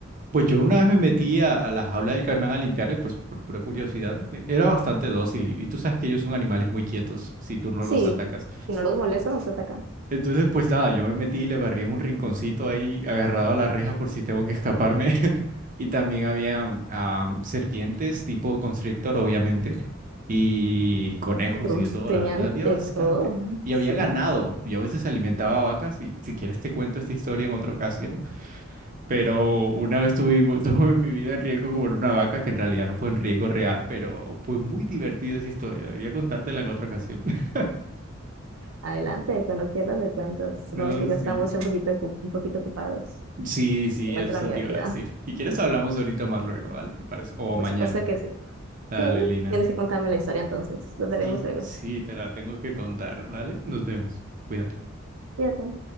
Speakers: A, on the right; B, on the right.
A: Pues yo una vez me metí a, a la jaula del caimán a limpiarle, pues por pura curiosidad. e- Era bastante dócil y, y tú sabes que ellos son animales muy quietos si tú no
B: Sí,
A: los atacas.
B: si no los molesta, no te atacan.
A: Entonces, pues nada, yo me metí y le barrí en un rinconcito ahí, agarrado a la reja por si tengo que escaparme. <laughs> Y también había am, serpientes tipo constrictor, obviamente, y conejos
B: Pero
A: y de todo,
B: tenían
A: la verdad, había
B: de
A: bastante.
B: todo. <laughs>
A: Y
B: Sí,
A: había ganado. Yo a veces alimentaba vacas y si quieres te cuento esta historia en otra ocasión, pero una vez tuvimos, <laughs> tuve mi vida en riesgo como en una vaca, que en realidad no fue en riesgo real, pero fue muy divertida esa historia. Debería contártela en otra ocasión. <laughs>
B: adelante, cuando quieras me cuentas. Supongo
A: No,
B: que ya
A: sí.
B: estamos un poquito, ocu- un poquito ocupados.
A: Sí, sí,
B: De vuelta
A: eso
B: a la universidad.
A: te iba a decir. Si quieres hablamos ahorita más luego, ¿vale? ¿Te parece? O
B: Por
A: mañana.
B: supuesto que sí.
A: Dale,
B: Sí,
A: Lina.
B: tienes que contarme la historia entonces. Nos
A: Sí,
B: veremos luego.
A: sí, te la tengo que contar, ¿vale? Nos vemos. Cuídate.
B: Cuídate.